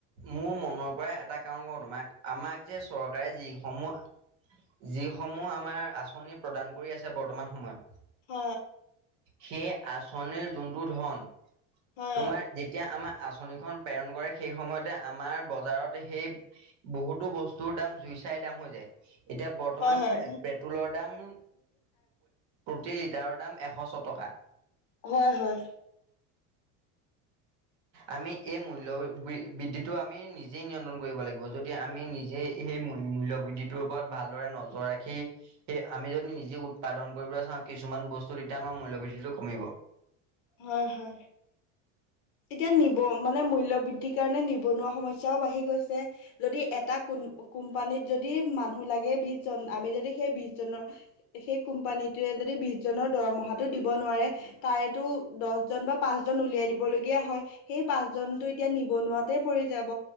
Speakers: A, on the right (about 45°); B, on the left (about 60°).
A: মোৰ মনৰ পৰাই এটা কাৰণ কৰো তোমাক আমাক যে চৰকাৰে যিসমূহ যিসমূহ আমাৰ আঁচনি প্ৰদান কৰি আছে বৰ্তমান সময়ত
B: হ
A: সেই আঁচনিৰ যোনটো ধন
B: হয়
A: তোমাৰ যেতিয়া আমাৰ আচনিখনন প্ৰেৰণ কৰে সেই সময়তে আমাৰ বজাৰতে সেই বহুতো বস্তু তৰ দাম জুই চাই দাম হৈ যায় এতিয়া বৰ্তমান
B: হয় হয় হয়
A: পেট্ৰলৰ দাম প্ৰতি লিটাৰৰ দাম এশশ ক টকা
B: হয় হয়
A: আমি এই মূল্য় বৃদ্ধিটো আমি নিজে নিয়ন্ত্ৰণ কৰিব লাগিব যদি আমি নিজে সেই মূল্য় বৃদ্ধি তৰ ওপৰত ভালদৰে নজৰ ৰাখি স আমি যদি নিজে উৎপাদন কৰিবলৈ চাওঁ কিু কিছুমান বস্তু তেতিয়া আমাৰ মূল্যবৃদ্ধিটো কমিব
B: হয় হয় এতিয়া নিব মানে মূল্য় বৃদ্ধিৰ কাৰণে নিবনুৱা সমস্য়াও বাঢ়ি গৈছে যদি এটা কোন কোম্পানীত যদি মানুহ লাগে বিশ জন আমি যদি সেই বিশজনৰ সেই কোম্পানীটয়ে যদি বিশজনৰ দৰমহাটো দিব নোৱাৰে তাই টো দহজন বা পাঁচজন উলিয়াই দিবলগীয়া হয় সেই পাঁচজনতটো এতিয়া নিবনুৱাতে পৰি যাব